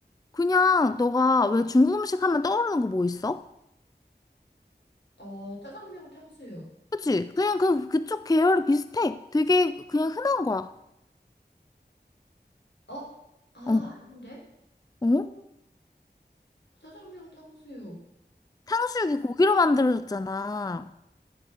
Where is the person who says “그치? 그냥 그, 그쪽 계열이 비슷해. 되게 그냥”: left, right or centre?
Left